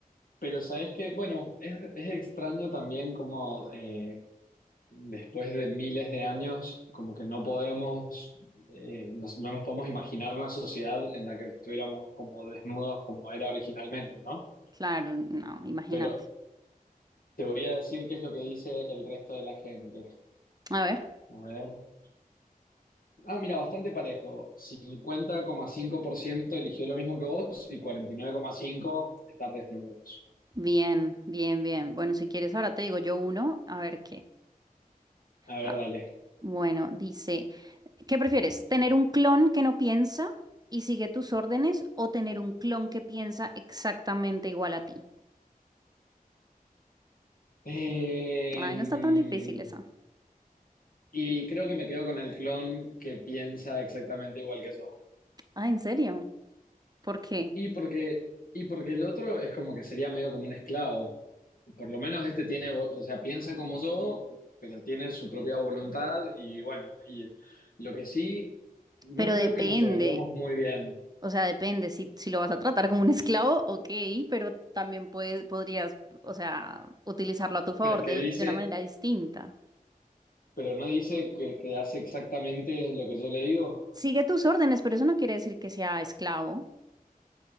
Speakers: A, on the left (about 70°); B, on the right (about 25°).
A: pero sabes que, bueno, es, es extraño también como eh, después de miles de años, como que no podemos, eh, nos- no nos podemos imaginar una sociedad en la que estuviéramos como desnudos como era originalmente, ¿no?
B: claro, no, imagínate.
A: Pero te voy a decir qué es lo que dice el resto de la gente.
B: A ver,
A: A ver. Ah, mira, bastante parejo. Cincuenta coma cinco por ciento eligió lo mismo que vos y 49,5% estar desnudos.
B: bien, bien, bien. Bueno, si quieres, ahora te digo yo uno, a ver qué.
A: A ver,
B: Ah,
A: dale.
B: bueno, dice, ¿qué prefieres? ¿Tener un clon que no piensa y sigue tus órdenes o tener un clon que piensa exactamente igual a ti?
A: Eh,
B: Ay, no está tan difícil esa.
A: y creo que me quedo con el clon que piensa exactamente igual que yo.
B: Ah, ¿en serio? ¿Por qué?
A: Y porque, y porque el otro es como que sería medio como un esclavo. Por lo menos este tiene, vo- o sea, piensa como yo, pero tiene su propia voluntad y bueno, y lo que sí, no
B: Pero
A: creo
B: depende,
A: que nos llevaríamos muy bien,
B: o sea, depende si, si lo vas a tratar como un esclavo, ok, pero también puedes, podrías, o sea, utilizarlo a tu favor
A: pero es que
B: de,
A: dice,
B: de una manera distinta.
A: pero no dice que, que hace exactamente lo que yo le digo.
B: Sigue tus órdenes, pero eso no quiere decir que sea esclavo.